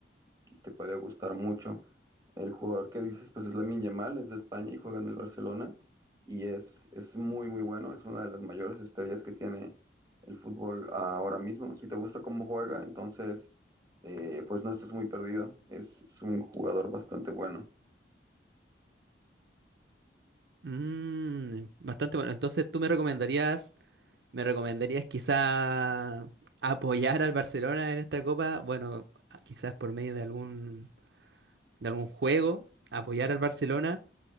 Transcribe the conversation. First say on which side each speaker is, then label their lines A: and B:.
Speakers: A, on the right; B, on the right.
A: y te puede gustar mucho. El jugador que dices, pues es Lamine Yamal, es de España y juega en el Barcelona y es, es muy, muy bueno. Es una de las mayores estrellas que tiene el fútbol ahora mismo. Si te gusta cómo juega, entonces, eh, pues no estás muy perdido. Es, es un jugador bastante bueno.
B: Mm, bastante bueno. Entonces, ¿tú me recomendarías... ¿Me recomendarías quizá apoyar al Barcelona en esta copa? Bueno, quizás por medio de algún, de algún juego, apoyar al Barcelona.